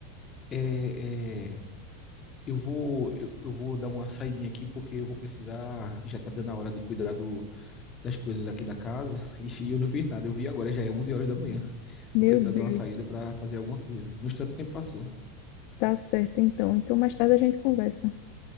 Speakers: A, on the left (about 30°); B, on the left (about 50°).
A: é, é, eu vou, eu, eu vou dar uma saidinha aqui, porque eu vou precisar, já tá dando a hora de cuidar do, das coisas aqui da casa, <laughs> e eu não fiz nada, eu vi agora, já é 11 horas da manhã.
B: Meu
A: Vou precisar
B: Deus!
A: dar uma saída para fazer alguma coisa. No tanto tempo passou.
B: Tá certo, então. Então, mais tarde a gente conversa.